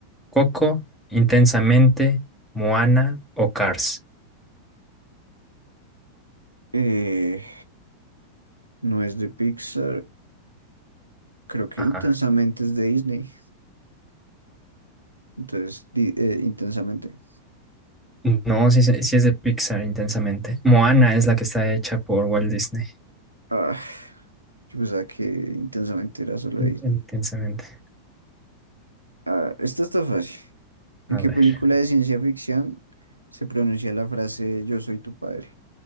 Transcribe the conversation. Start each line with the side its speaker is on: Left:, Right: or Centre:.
Centre: ¿Coco, Intensamente, Moana o Cars?
Right: Eh, no es de Pixar, creo que
Centre: Ajá.
Right: Intensamente es de Disney, entonces di- eh, Intensamente.
Centre: No, sí, se- sí es de Pixar, Intensamente. Moana es la que está hecha por Walt Disney.
Right: Ah, yo pensaba que Intensamente era solo
Centre: In-
Right: de Disney.
Centre: Intensamente.
Right: Ah, esta está fácil. ¿En
Centre: A
Right: qué
Centre: ver.
Right: película de ciencia ficción se pronuncia la frase Yo soy tu padre?